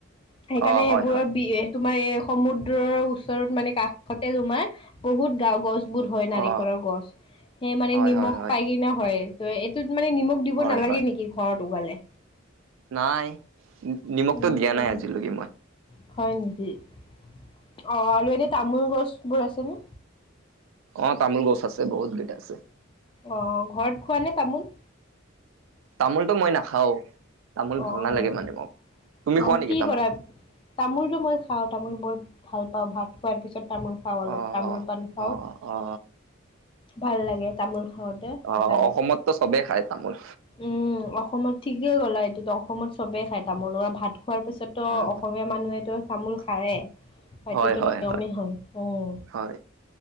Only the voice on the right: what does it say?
অ
হয় হয়
অ
হয়
হয় হয়
হয়
হয়
নাই, নিমখতো
দিয়া
নাই আজিলৈকে মই।
অ' তামোল গছ আছে, বহুত কেইটা আছে।
তামোলটো মই নাখাওঁ, তামোল
ভাল নালাগে
মানে মোক। তুমি
খোৱা নেকি
তামোল?
অ
অ অ অ
অ অসমততো চবেই খায় তামোল
অ',
হয়, হয়,
হয়,